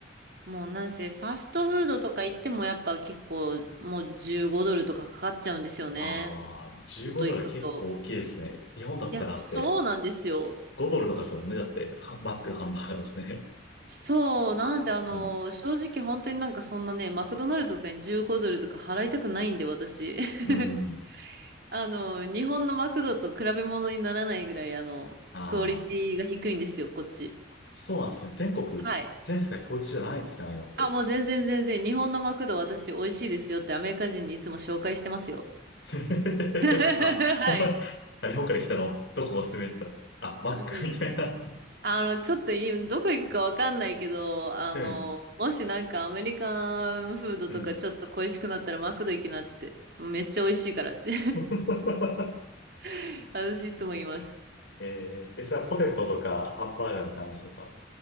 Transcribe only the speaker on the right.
もうなんせ、ファストフードとか行ってもやっぱ結構もう15ドルとかかかっちゃうんですよね。
外行くと。
いや、そうなんですよ。
そう、なんであの、
正直本当になんかそんなね、マクドナルドとかに15ドルとか払いたくないんで、私。
<laughs> あの、日本のマクドと比べ物にならないぐらい、あの、
クオリティが低いんですよ、こっち。
はい。
あ、もう全然全然、日本のマクド私美味しいですよってアメリカ人にいつも紹介してますよ。
<laughs>
はい。
うん。あの、ちょっといい、どこ行くかわかんないけど、あの、
もしなんかアメリカンフードとかちょっと恋しくなったらマクド行きなっつって、
めっちゃ美味しいからって
<laughs> 私いつも言います。